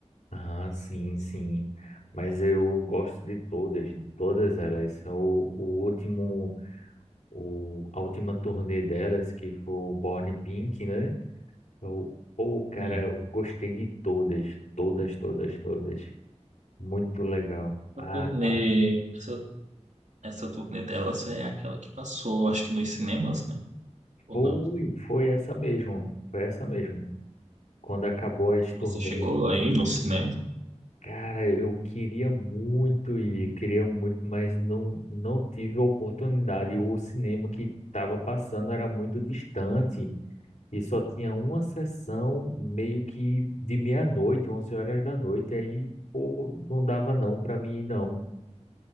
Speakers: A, on the left; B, on the right.
A: Ah, sim, sim. Mas eu gosto de todas, de todas elas. É O, o último, o, a última turnê delas, que foi o Born Pink, né? Eu, pô, cara,
B: Hum.
A: eu gostei de todas, todas, todas, todas. Muito legal.
B: Essa
A: Ah,
B: turnê,
A: cara,
B: essa, essa turnê delas é aquela que passou, acho que nos cinemas, né? Ou
A: foi,
B: não?
A: foi essa mesmo, foi essa mesmo. Quando acabou as
B: Você
A: turnês
B: chegou aí no cinema?
A: Cara, eu queria muito ir, queria muito, mas não, não tive a oportunidade. O cinema que estava passando era muito distante e só tinha uma sessão meio que de meia-noite, 11 horas da noite. Aí, pô, não dava não para mim ir, não.